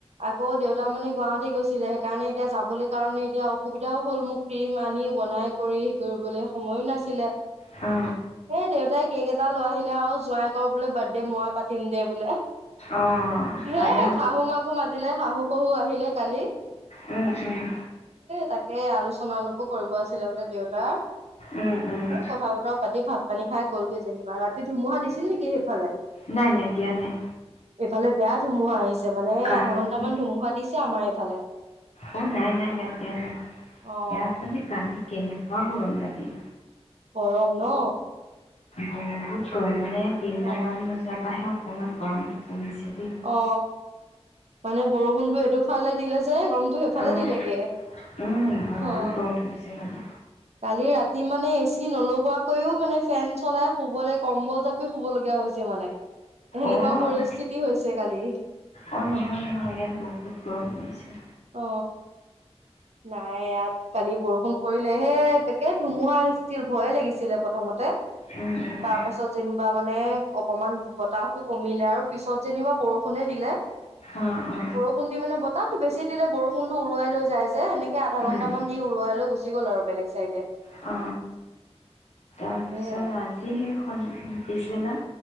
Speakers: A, on the right (about 75°); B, on the left (about 75°).
A: আকৌ দেউতা মানে গুৱাহাটী গৈছিলে সেইকাৰণে এতিয়া যাবলৈ কাৰণে এতিয়া অসুবিধাও হ'ল মোক ক্ৰীম আনি বনাই কৰি হে কৰিবলৈ সময়ো নাছিলে।
B: অ।
A: সেই দেউতাই কেক এটা লৈ আহিলে আৰু, জোঁৱাই কৰ বোলে বাৰ্থডে মই পাতিম দে বোলে।
B: অঁ
A: হে
B: ভালেই হ'ল।
A: শাহু মাকো মাতিলে, শাহু শহু আহিলে কালি।
B: উম উম।
A: তাকে এ আলোচনা অলপো কৰিব আছিলে বোলে দেউতাৰ,
B: উম উম
A: এ কথা বতৰা পাতি ভাত পানী খাই গলগে যেনিবা। ৰাতি ধুমুহা দিছিল নেকি সেইফালে?
B: নাই নাই দিয়া নাই।
A: এইফালে বেয়া ধুমুহা আহিছে মানে
B: কালি
A: আধা ঘণ্টামান ধুমুহা দিছে আমাৰ এইফালে।
B: অ নাই নাই ইয়াত দিয়া নাই
A: অ'
B: ইয়াত মানে কালি কেনেকোৱা গৰম ৰাতি।
A: গৰম ন?
B: বহুত গৰম মানে তিনটামান
A: অ'
B: বজাৰ পৰাহে অকমান গৰমতো কমিছে। দেই।
A: অ, মানে বৰষুণটো এইটো ফালে দিলে যে গৰমটো সেইফালে
B: অঁ
A: দিলেগে।
B: উম বহুত
A: অ,
B: গৰম পৰিছে কালি।
A: কালি ৰা তি মানে এচি নলগোৱাকৈও মানে ফেন চলাই শুবলে কম্বল জাপি শুব লগীয়া হৈছে মানে। এনেকোৱা
B: অঁ
A: পৰিস্থিতি হৈছে কালি।
B: অ নহয় নহয় ইয়াত বহুত গৰম পৰিছিল।
A: অ নাই ইয়াত কালি বৰষুণ পৰিলেহে একে ধুমুহা আহিছিল ভয়ে লাগিছিলে প্ৰথমতে
B: উম উম
A: তাৰ পাছত যেনিবা মানে অকমান বতাহতো কমিলে আৰু পিছত যেনিবা বৰষুণে দিলে।
B: অ অ
A: বৰষুণ দি মানে বতাহ বেছি দিলে বৰষুণতো উৰুৱাই লৈ যায় যে, সেনেকে আধা
B: উম
A: ঘণ্টামান দি উৰুৱাই লৈ গুচি গ'ল আৰু বেলেগ চাইডে।
B: অ। তাৰপিছত
A: সেয়াই
B: আজি সেই স পিছবেলা